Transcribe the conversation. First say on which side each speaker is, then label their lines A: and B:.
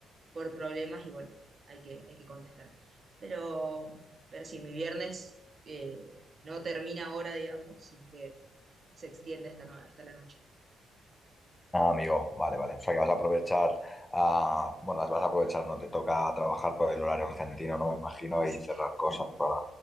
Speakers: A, on the right; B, on the left.
A: por problemas y bueno, hay que, hay que contestar. Pero, pero sí, mi viernes eh, no termina ahora, digamos, sino que se extiende hasta, no- hasta la noche.
B: Ah, amigo, vale, vale. O sea que vas a aprovechar, ah, bueno, las vas a aprovechar, no te toca trabajar por el horario argentino, ¿no? Me imagino,
A: <laughs>
B: y cerrar cosas para,